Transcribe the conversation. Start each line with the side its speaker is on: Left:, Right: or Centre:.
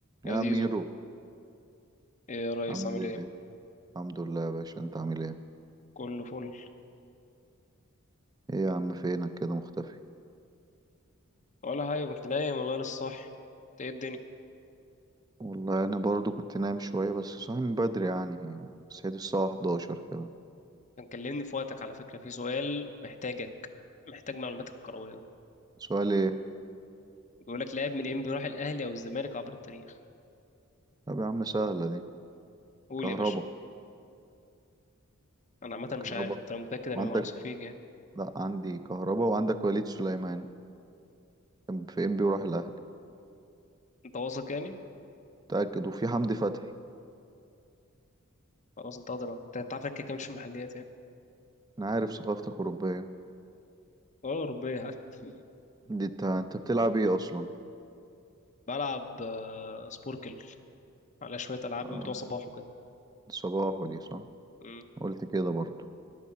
Left: يا
Right: يا
Left: زيزو
Right: ميرو
Left: ايه يا ريس
Right: عامل
Left: عامل
Right: ايه
Left: ايه
Right: الحمد لله يا باشا انت عامل ايه
Left: كله فل
Right: ايه يا عم فينك كده مختفي
Left: ولا حاجه كنت نايم والله لسه صاحي انت ايه الدنيا
Right: والله انا برضو كنت نايم شويه بس صاحي من بدري يعني صحيت الساعه 11 كده
Left: كان كلمني في وقتك على فكره في سؤال محتاجك محتاج معلوماتك الكرويه
Right: سؤال ايه
Left: بيقول لك لاعب من انبي راح الاهلي او الزمالك عبر التاريخ
Right: طب يا عم سهله دي
Left: قول
Right: كهربا
Left: يا باشا انا عامه
Right: كهربا
Left: مش عارف انت لو متاكد انا
Right: عندك
Left: ما واثق فيك يعني
Right: لا عندي كهربا وعندك وليد سليمان كان في ام بي وراح الاهلي
Left: انت واثق يعني
Right: متاكد وفي حمدي فتحي
Left: خلاص انت قادر انت تعرف انك كده كده مش في المحليات يعني
Right: انا عارف ثقافتك اوروبيه
Left: ولا اوروبيه حتى
Right: دي انت انت بتلعب ايه اصلا
Left: بلعب آه، سبوركل على شويه العاب
Right: اه
Left: من بتوع صباح وكده
Right: صباح ودي صح
Left: مم.
Right: قلت كده برضو